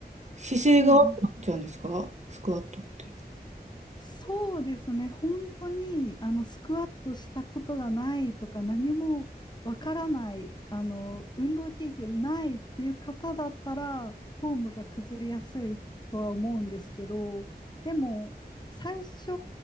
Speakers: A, on the right (about 45°); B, on the left (about 25°).
A: 姿勢が悪くなっちゃうんですかスクワットって。
B: うんうんそうですね。本当に、あの、スクワットしたことがないとか、何もわからない、あの、運動経験ないっていう方だったら、フォームが崩れやすいとは思うんですけど、でも、最初